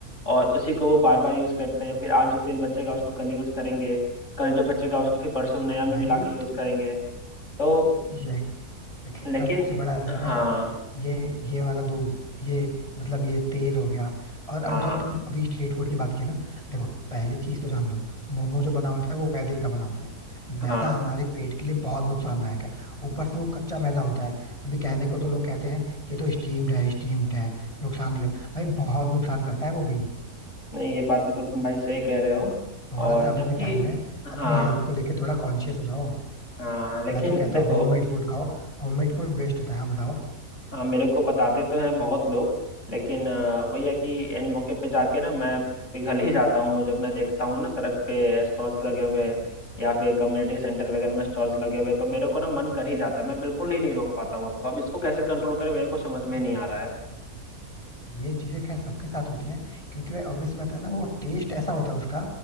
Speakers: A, on the left; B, on the left.
A: और उसी को वो बार बार यूज करते हैं फिर आज जो तेल बचेगा उसको कल यूज करेंगे कल जो बचेगा उसको फिर परसों नया में
B: भाई
A: मिला के यूज करेंगे तो
B: तो टेक
A: लेकिन
B: का सबसे बड़ा रीजन
A: हाँ
B: है ये ये वाला दूध ये मतलब ये तेल हो गया और
A: हाँ
B: आज जो तुम अभी स्ट्रीट फूड की बात की ना देखो पहली चीज तो जान लो मोमो जो बना होता है वो मैदे का बना होता है मैदा
A: हाँ
B: हमारे पेट के लिए बहुत नुकसानदायक है ऊपर से वो कच्चा मैदा होता है अभी कहने को तो लोग कहते हैं कि तो स्टीम्ड है स्टीम्ड है नुकसान नहीं करता भाई बहुत नुकसान करता है वो भी
A: नहीं ये बात तो तुम भाई सही कह रहे हो
B: थोड़ा
A: और
B: सा अभी
A: जबकि
B: भी टाइम है
A: हाँ
B: अपने हेल्थ को लेके थोड़ा कॉन्शियस हो जाओ
A: हाँ लेकिन
B: मैं तो कहता
A: देखो
B: हूँ होममेड फूड खाओ होममेड फूड बेस्ट होता है हाँ बताओ
A: हाँ मेरे को बताते तो हैं बहुत लोग लेकिन अ, वही है कि इन मौके पे जाके ना मैं पिघल ही जाता हूँ जब मैं देखता हूँ ना सड़क पे स्टॉल्स लगे हुए या फिर कम्युनिटी सेंटर वगैरह में स्टॉल्स लगे हुए तो मेरे को ना मन कर ही जाता है मैं बिल्कुल ही नहीं रोक पाता हूँ आपको अब इसको कैसे कंट्रोल करें मेरे को समझ में
B: देखो
A: नहीं आ रहा है
B: ये चीजें खैर सबके साथ होती हैं क्योंकि भाई ऑब्वियसली बात है ना वो टेस्ट ऐसा होता है उसका